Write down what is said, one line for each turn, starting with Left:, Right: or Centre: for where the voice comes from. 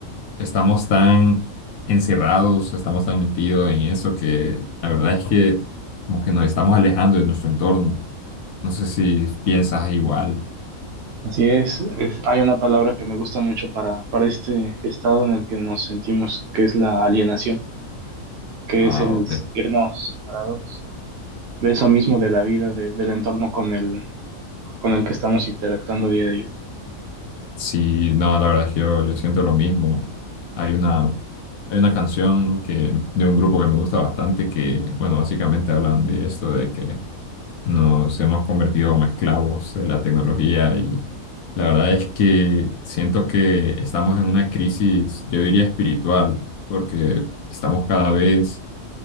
Left: estamos tan encerrados, estamos tan metidos en eso que la verdad es que como que nos estamos alejando de nuestro entorno. No sé si piensas igual.
Right: Así es, es- hay una palabra que me gusta mucho para, para este estado en el que nos sentimos, que es la alienación, que
Left: Ah,
Right: es el
Left: ok.
Right: sentirnos separados de eso mismo, de la vida, de- del entorno con el, con el que estamos interactuando día a día.
Left: Sí, no, la verdad es que yo, yo siento lo mismo. Hay una, hay una canción que, de un grupo que me gusta bastante que, bueno, básicamente hablan de esto, de que nos hemos convertido como esclavos de la tecnología y la verdad es que siento que estamos en una crisis, yo diría espiritual, porque estamos cada vez